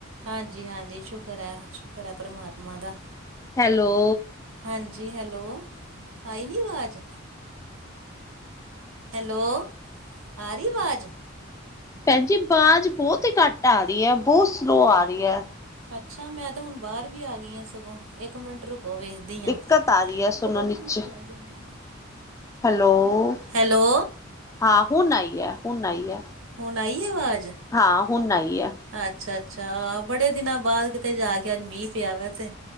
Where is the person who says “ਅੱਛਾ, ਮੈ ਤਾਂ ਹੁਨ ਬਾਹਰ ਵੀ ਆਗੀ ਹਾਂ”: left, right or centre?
Right